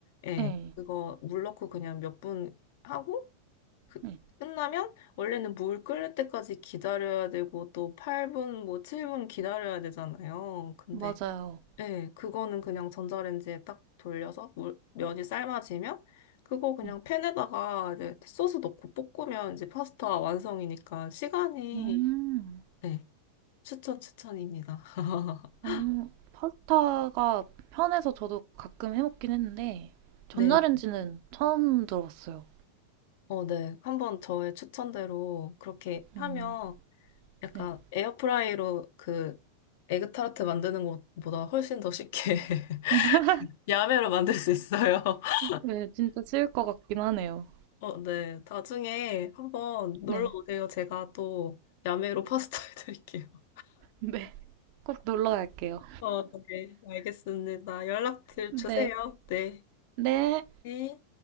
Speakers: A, on the left; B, on the right.
A: 예,
B: 네.
A: 그거 물 넣고 그냥 몇 분 하고, 그-
B: 네,
A: 끝나면 원래는 물 끓는 때까지 기다려야 되고 또 8분 뭐 7분 기다려야 되잖아요. 근데
B: 맞아요.
A: 네 그거는 그냥 전자레인지에 딱 돌려서 물, 면이 삶아지면 그거 그냥
B: 네.
A: 팬에다가 이제 소스 넣고 볶으면 이제 파스타 완성이니까 시간이
B: 음.
A: 네, 추천 추천입니다. <laughs>
B: 음. 파스타가 편해서 저도 가끔 해 먹긴 했는데 전자레인지는
A: 네.
B: 처음 들어봤어요.
A: 어, 네. 한번 저의 추천대로 그렇게 하면
B: 음.
A: 약간
B: 네.
A: 에어프라이로 그 에그타르트 만드는 것보다 훨씬 더 쉽게 <laughs>
B: <laughs>
A: 야매로 만들 수 있어요. <laughs>
B: 네, 진짜 쉬울 것 같긴 하네요.
A: 어, 네. 나중에 한번 놀러
B: 네.
A: 오세요. 제가 또 야매로 파스타 <laughs> 해드릴게요.
B: 네. 꼭 놀러 갈게요.
A: 어, 네. 알겠습니다. 연락 드-
B: 네.
A: 주세요. 네.
B: 네.
A: 네.